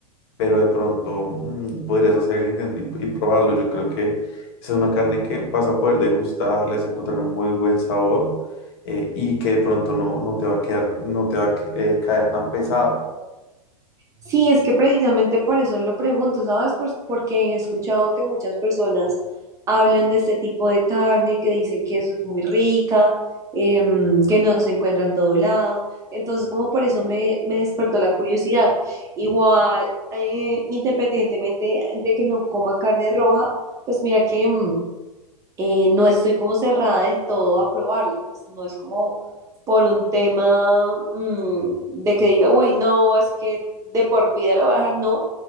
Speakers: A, on the left; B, on the right.
A: pero de pronto mm, podrías hacer el intento y, y probarlo. Yo creo que esa es una carne que vas a poder degustar, le vas a encontrar un muy buen sabor eh, y que de pronto no, no te va a quedar, no te va a que- eh, caer tan pesado.
B: Sí, es que precisamente por eso lo pregunto, ¿sabes? Pues porque he escuchado que muchas personas hablan de este tipo de carne, que dicen que es muy rica, em, que no se encuentra en todo lado. Entonces, como por eso me, me despertó la curiosidad. Igual, eh, independientemente de que no coma carne roja, pues mira que... mm, eh, no estoy como cerrada del todo a probarla, pues no es como por un tema mm, de que diga, uy, no, es que de por vida la voy a dejar, no.